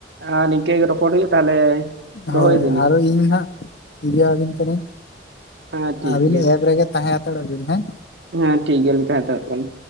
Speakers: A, on the right; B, on the left.
A: ᱟᱹᱻ ᱱᱤᱝᱠᱟ ᱜᱮ ᱨᱚᱯᱚᱲ ᱦᱩᱭᱩᱜ-ᱟ ᱛᱟᱦᱚᱞᱮ᱾
B: ᱦᱳᱭ
A: ᱫᱚᱦᱚᱭ ᱫᱟᱞᱤᱧ
B: ᱟᱨᱚ ᱤᱧ ᱦᱟᱜ ᱤᱭᱟᱹ ᱟᱵᱤᱱ ᱠᱟᱹᱱᱟᱹᱧ
A: ᱦᱮᱸ ᱴᱷᱤᱠ
B: ᱟᱹᱵᱤᱱ
A: ᱜᱮᱭᱟ
B: ᱮᱯ ᱨᱮᱜᱮ ᱛᱟᱦᱮᱸ ᱦᱟᱛᱟᱲᱚᱜ ᱵᱤᱱ ᱦᱮᱸ᱾
A: ᱦᱮᱸ ᱴᱷᱤᱠ ᱜᱮᱭᱟᱞᱤᱧ ᱛᱟᱦᱮᱸ ᱦᱟᱛᱟᱲᱚᱜ ᱠᱟᱱᱟ᱾